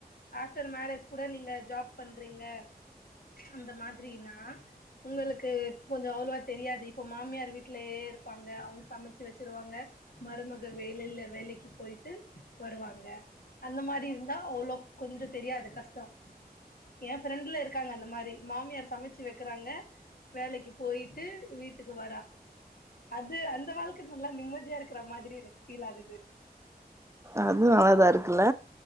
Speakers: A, on the left; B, on the right.
A: ஆஃப்டர் மேரேஜ் கூட நீங்க ஜாப் பண்றீங்க அந்த மாதிரினா உங்களுக்கு கொஞ்சோ அவ்ளோவாத் தெரியாது இப்ப மாமியார் வீட்லயே இருப்பாங்க அவங்க சமைச்சு வச்சிருவாங்க மருமக வெளில வேலைக்கு போயிட்டு வருவாங்க அந்த மாரி இருந்தா அவ்ளோக் கொஞ்சோ தெரியாது கஷ்டோ எ ஃப்ரெண்ட்ல இருக்காங்க அந்த மாரி மாமியார் சமைச்சு வைக்கிறாங்க வேலைக்கு போயிட் டு வீட்டுக்கு வரா அது அந்த வாழ்க்க நல்லா நிம்மதியா இருக்கிற மாதிரி எனக்கு ஃபீல் ஆகுது
B: அது அழகா ‌ இருக்குல்ல